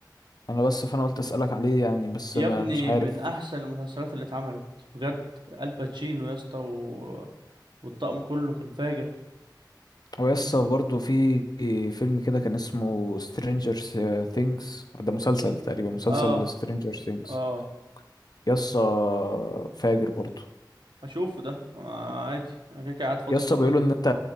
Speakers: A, on the left; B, on the right.
A: انا بس فانا قلت اسالك عليه يعني بس
B: يا
A: ما
B: ابني
A: مش عارف
B: من احسن المسلسلات اللي اتعملت بجد الباتشينو يا اسطى و... والطقم كله كان فاجر
A: هو يا اسطى برضه في فيلم كده كان اسمه سترينجر ثينجز ده مسلسل تقريبا مسلسل
B: اه
A: سترينجر ثينجز
B: اه
A: يا اسطى فاجر برضه
B: اشوفه ده آه عادي انا كده كده قاعد فاضي
A: يا اسطى
B: الفترة
A: بيقولوا
B: دي
A: ان انت